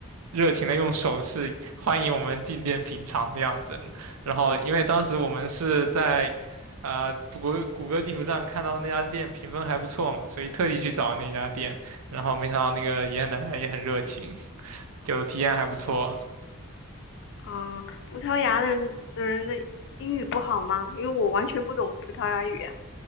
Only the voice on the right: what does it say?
热情的用手势欢迎我们进店品尝的样子。然后因为当时我们是在呃谷歌谷歌地图上看到那家店评分还不错嘛，所以特地去找那家店，然后没想到那个爷爷奶奶也很热情。就体验还不错。